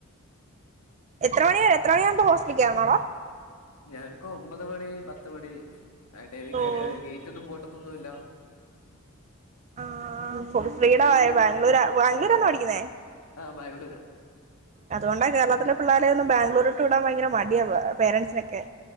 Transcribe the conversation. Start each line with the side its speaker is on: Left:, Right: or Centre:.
Right: എത്ര മണി എത്രെ മണിയാകുമ്പോ ഹോസ്റ്റലേകേറണടാ.
Left: ഞങ്ങക്ക് ഒമ്പത് മണി പത്ത് മണി ടൈമിൽ
Right: ഓഹ്
Left: കയറിയ മതി ഗേറ്റ് ഒന്നും പൂട്ടത്തൊന്നുല്ല.
Right: ആ ഫ്രീഡമായ
Left: നിങ്ങക്ക്
Right: ബാംഗല ബാംഗ്ലൂർന്നോ പഠിക്കുന്നേ.
Left: ആഹ് ബാംഗ്ലൂരാ.
Right: അതുകൊണ്ടാ കേരളത്തിലെ പിള്ളേെരെക്കെ ഒന്നും ബാംഗ്ലൂരിട്ട് വിടാൻ ഭയങ്കര മടിയ പേരൻസിനൊക്കെ.